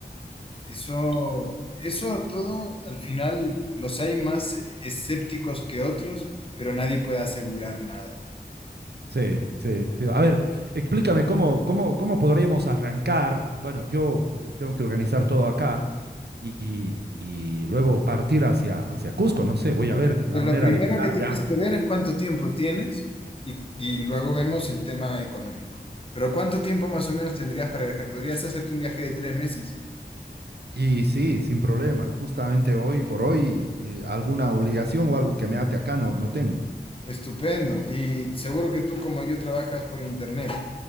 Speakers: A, on the left; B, on the right.
A: Eso, eso todo, al final, los hay más escépticos que otros, pero nadie puede asegurar nada.
B: Sí, sí, sí. A ver, explícame cómo, cómo, cómo podríamos arrancar. Bueno, yo eh, tengo que organizar todo acá y, y luego partir hacia, hacia Cusco. No sé, voy a ver la
A: Pues
B: manera
A: lo primero
B: de llegar
A: que tienes
B: allá.
A: que ver es cuánto tiempo tienes y, y luego vemos el tema económico. Pero ¿cuánto tiempo más o menos tendrías para viajar? ¿Podrías hacerte un viaje de tres meses?
B: Y sí, sin problema. Justamente hoy por hoy, eh, alguna obligación o algo que me ate acá no, no tengo.
A: Estupendo. Y seguro que tú, como yo, trabajas por internet.